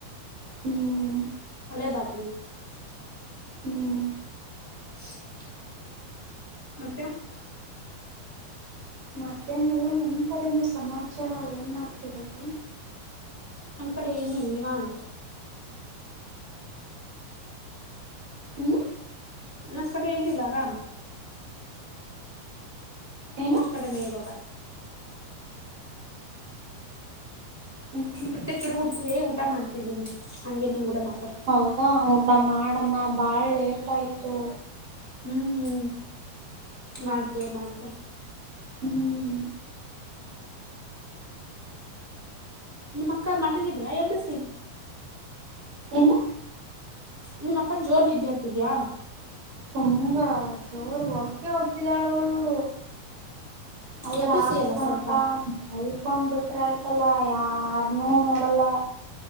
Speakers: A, on the right; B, in the centre.
A: ಹ್ಮ್
B: <unintelligible>
A: ಹ್ಮ್
B: <unintelligible> ಮತ್ತೆ
A: ಮತ್ತೇನಲ್ಲ ನಿಮ್ ಕಡೆನೂ ಸಮಾಚಾರ ಏನ್ ಮಾಡ್ತಿರೋದು.
B: ನಮ್ಮ ಕಡೆ ಏನು ನಿವಾತ್
A: ಹ್ಮ್.
B: ನಮ್ಮ್ ಕಡೆ ಏನಿಲ್ಲ ಆರಾಮ್.
A: ಏನು
B: ನಿಮ್ ಕಡೆನೇ ಇವಾಗ.
A: ಹ್ಮ್
B: ಒಟ್ಟೆ ಚುರುಡ್ತಿದೆ ಊಟ ಮಾಡ್ತಿದ್ದೀನಿ ಹಂಗೆ ನಿಮ್ ಊಡ ಮಾತ್.
A: ಹೌದಾ ಊಟ ಮಾಡಮ್ಮ ಬಾಳ್ ಲೇಟ್ ಆಯ್ತು.
B: ಹ್ಮ್ ಹ್ಮ್ ಮಾಡ್ತೇವೆ ಮಾಡ್ತೇವೆ.
A: ಹ್ಮ್.
B: ನಿಮ್ಮ ಅಕ್ಕ ಮಳಿಗಿದ್ರ ಎಬ್ಬಿಸಿ.
A: ಏನು
B: ನಿಮ್ಮ ಅಕ್ಕ ಜೋರ್ ನಿದ್ದೆ ಹತ್ತಿದ್ಯಾ.
A: ತುಂಬಾ ಜೋರ್ ಹೊರ್ಕೆ ಹೊಡಿತ್ತಿದಾಳ ಅವಳು. ಅವಳು
B: ಎಬ್ಬಿಸಿ
A: ಹಾಗೆ
B: ಅಲ್ಲ
A: ಕಣಕ್ಕ
B: ಸ್ವಲ್ಪ
A: ಮಲ್. ಕೊಂಡ್ ಬಿಟ್ರೆ ಆಯ್ತಲ್ಲ ಯಾರನೂ ನೋಡಲ್ಲ.